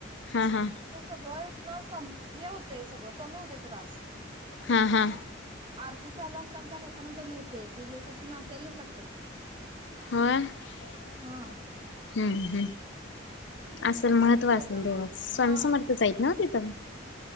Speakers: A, on the left (about 70°); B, on the right (about 25°).
A: हा हा
B: तो सगळ पूर्ण संपतो. हे होतंय सगळं कमी होतोय त्रास
A: हा हा
B: आरती चालू असताना त्या लोकांना दमवतय ते लोक असे नाचायलाच लागतात.
A: हा हम्म
B: हा.
A: हम्म असेल महत्त्व असेल
B: सगळं
A: देवाचं स्वामी
B: हा
A: समर्थच आहेत ना तिथं.